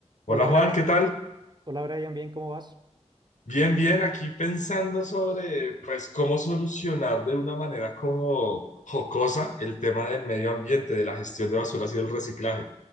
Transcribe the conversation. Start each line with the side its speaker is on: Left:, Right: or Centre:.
Left: Hola
Right: Hola Brian,
Left: Juan, ¿qué tal?
Right: hola Brian, bien, ¿cómo vas?
Left: Bien, bien, aquí pensando sobre pues cómo solucionar de una manera como jocosa el tema del medio ambiente, de la gestión de basuras y del reciclaje.